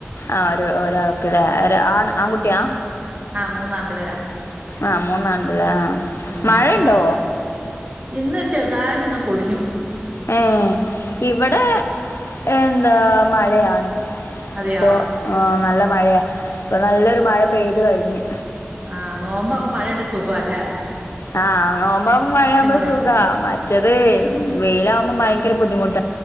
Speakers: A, on the left (about 70°); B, on the right (about 30°).
A: ആ ഒര് ഒരാൾക്ക് ലേ ആൺ ആൺകുട്ടിയാ
B: ആഹ് മൂന്ന് ആമ്പിള്ളേരാ
A: ആ മൂന്നാൺപിള്ളേ ആ
B: ഉം
A: മഴണ്ടോ
B: ഇന്നൊരു ചെറുതായിട്ട് ഇന്ന് പൊടിഞ്ഞു
A: ഏ ഇവിടെ എന്താ മഴയാണ്
B: അതെയോ
A: ഇപ്പൊ ആ നല്ല മഴയെ ഇപ്പൊ നല്ലൊരു മഴ പെയ്തു കഴിഞ്ഞു
B: ആഹ് നോമ്പോ അവ മഴുണ്ട് സുഖംല്ലെ
A: ആഹ് നോ്പോുമ്പോ മഴയാുമ്പോ
B: കുറവുണ്ട്
A: സുഖ മറ്റത് വെയിലാകുമ്പോ ഭയങ്കര ബുദ്ധിമുട്ട്